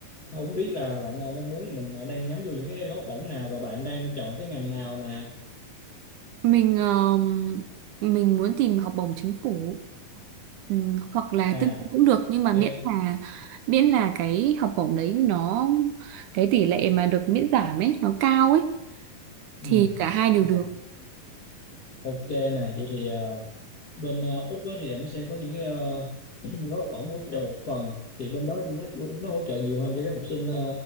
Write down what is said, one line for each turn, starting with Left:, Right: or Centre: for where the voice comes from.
Left: không biết là bạn ờ, mong muốn là mình ờ, đang nhắm vô những cái gói học bổng nào và bạn đang chọn cái ngành nào nè
Right: Mình ờm, mình muốn tìm học bổng chính phủ ừm, hoặc là
Left: à
Right: tư nhân cũng được nhưng
Left: ok
Right: mà miễn là miễn là cái học bổng đấy nó cái tỷ lệ mà được miễn giảm ấy nó cao ấy thì
Left: ừ.
Right: cả hai đều
Left: à
Right: được.
Left: ok nè vậy thì ờ, bên ờ, Úc á thì nó sẽ có những cái ờ, <clears throat> gói học bổng hỗ trợ một phần thì bên đó nó chủ- nó hỗ trợ nhiều hơn cho các học sinh ờ,